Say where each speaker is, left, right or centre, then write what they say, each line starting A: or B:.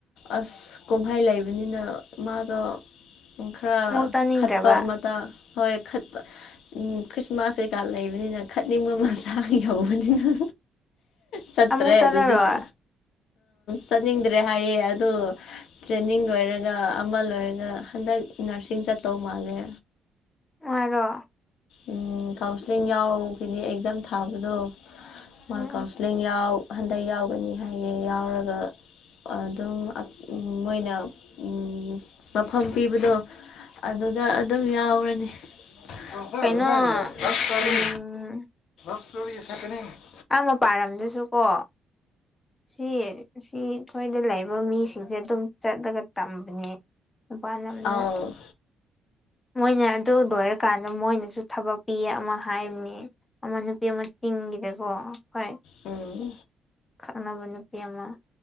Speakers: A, on the left; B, on the left.
A: ꯑꯁ ꯀꯨꯝꯍꯩ ꯂꯩꯕꯅꯤꯅ ꯃꯥꯗꯣ ꯈꯔ
B: ꯑꯃꯨꯛ ꯆꯥꯅꯤꯡꯗ꯭ꯔꯕ
A: ꯈꯠꯄ ꯃꯇꯥꯡ ꯍꯣꯏ ꯈꯠꯄ ꯎꯝ ꯈ꯭ꯔꯤꯁꯃꯥꯁ ꯀꯩꯀꯥ ꯂꯩꯕꯅꯤꯅ ꯈꯠꯅꯤꯡꯕ ꯃꯇꯥꯡ ꯌꯧꯕꯅꯤꯅ ꯆꯠꯇ꯭ꯔꯦ
B: ꯑꯃꯨꯛ ꯆꯂꯔꯣꯏ
A: ꯑꯗꯨꯗꯁꯨ ꯆꯠꯅꯤꯡꯗ꯭ꯔꯦ ꯍꯥꯏꯌꯦ ꯑꯗꯨ ꯇ꯭ꯔꯦꯟꯅꯤꯡ ꯂꯣꯏꯔꯒ ꯑꯃ ꯂꯣꯏꯔꯒ ꯍꯟꯗꯛ ꯅꯔꯁ ꯆꯤꯡ ꯆꯠꯇꯧ ꯃꯥꯜꯂꯦ
B: ꯃꯥꯔꯣ
A: ꯎꯝ ꯀꯥꯎꯟꯁ꯭ꯂꯤꯡ ꯌꯥꯎꯕꯒꯤ ꯑꯦꯛꯖꯥꯝ ꯊꯥꯕꯗꯣ ꯃꯥ
B: ꯎꯝ
A: ꯀꯥꯎꯟꯁ꯭ꯂꯤꯡ
B: ꯎꯝ
A: ꯌꯥꯎ ꯍꯟꯗꯛ ꯌꯥꯎꯒꯅꯤ ꯍꯥꯏꯌꯦ ꯌꯥꯎꯔꯒ ꯑꯗꯨꯝ ꯑꯗ ꯃꯣꯏꯅ ꯎꯝ ꯃꯐꯝ ꯄꯤꯕꯗꯣ ꯑꯗꯨꯗ ꯑꯗꯨꯝ ꯌꯥꯎꯔꯅꯤ ꯂꯞ
B: ꯀꯩꯅꯣ
A: ꯏꯁꯇꯣꯔꯤ
B: ꯎꯝ
A: <unintelligible>
B: ꯑꯥ ꯃꯄꯥꯜꯂꯝꯗꯁꯨ ꯀꯣ ꯁꯤ ꯁꯤ ꯑꯩꯈꯣꯏꯗ ꯂꯩꯕ ꯃꯤꯁꯤꯡꯁꯦ ꯑꯗꯨꯝ ꯆꯠꯂꯒ ꯇꯝꯕꯅꯦ ꯃꯄꯥꯂꯝꯗ
A: ꯑꯥꯎ
B: ꯃꯣꯏꯅ ꯑꯗꯨ ꯂꯣꯏꯔꯀꯥꯟꯗ ꯃꯣꯏꯅꯁꯨ ꯊꯕꯛ ꯄꯤꯌꯦ ꯑꯃ ꯍꯥꯏꯕꯅꯦ ꯑꯃ ꯅꯨꯄꯤ ꯑꯃ ꯇꯤꯡꯒꯤꯗꯀꯣ ꯍꯣꯏ
A: ꯎꯪ
B: ꯈꯡꯅꯕ ꯅꯨꯄꯤ ꯑꯃ